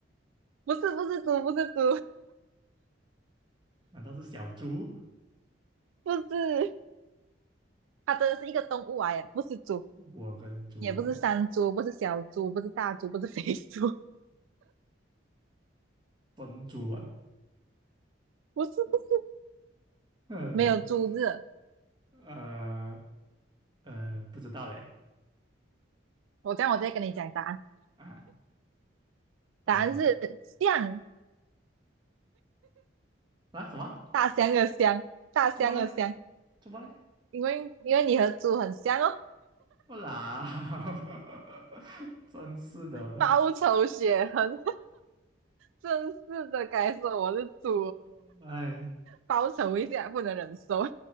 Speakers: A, on the right (about 85°); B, on the right (about 25°).
A: 不是，不是猪，不是猪，
B: 难道是小猪？
A: 不是，它真的是一个动物啊，耶，不是猪，
B: 我跟猪啊，
A: 也不是山猪，不是小猪，不是大猪，不是肥猪，<laughs>
B: 分猪啊，
A: 不是，不是，
B: 呃
A: 没有猪字。
B: 呃呃，不知道嘞
A: 我这样，我再跟你讲答案。
B: 啊，答案什么
A: 答案是象，
B: 啊？什么？
A: 大象的象，大象的象，
B: 猪么嘞？猪么嘞？
A: 因为因为你和猪很像哦。
B: 不啦，<laughs> 真是的，
A: 报仇雪恨。真是的该说我是猪，
B: 呃，哎，
A: 报成一下不能忍受。